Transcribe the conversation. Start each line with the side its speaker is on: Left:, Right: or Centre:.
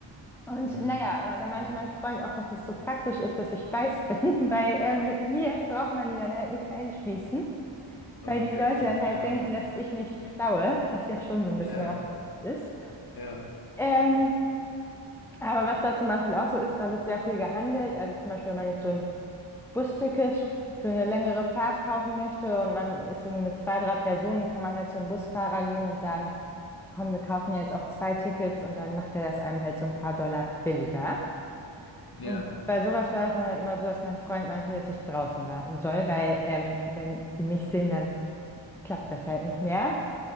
Centre: Und
Left: Mhm.
Centre: naja,
Left: Okay.
Centre: da meinte mein Freund auch, dass das so praktisch ist, dass ich weiß bin, <laughs> weil ähm, mit mir braucht man die dann halt nicht einschließen.
Left: Okay.
Centre: Weil die Leute dann
Left: Ja.
Centre: halt denken, dass ich nicht klaue, was ja schon so ein bisschen
Left: Ja.
Centre: rassistisch ist.
Left: Ja.
Centre: Ähm, aber was da zum Beispiel auch so ist, da wird sehr viel gehandelt. Also zum Beispiel, wenn man jetzt so ein Busticket für eine längere Fahrt kaufen möchte und man ist irgendwie mit zwei, drei Personen, kann man halt zum Busfahrer gehen und sagen, komm, wir kaufen ja jetzt auch zwei Tickets und dann macht er das einem halt so ein paar Dollar billiger.
Left: Ja.
Centre: Und bei sowas war es dann halt immer so, dass mein Freund meinte, dass ich draußen warten soll, weil ähm, wenn die mich sehen, dann klappt das halt nicht mehr.